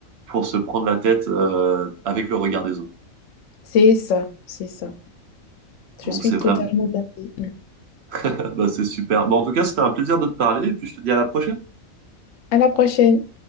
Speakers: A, on the right; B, on the left.
A: pour se prendre la tête, euh, avec le regard des autres.
B: C'est ça, c'est ça.
A: Donc
B: Je suis
A: c'est vraiment,
B: totalement d'accord.
A: <laughs> bah, c'est super. Bon, en tout cas, c'était un plaisir de te parler et puis je te dis à la prochaine.
B: À la prochaine.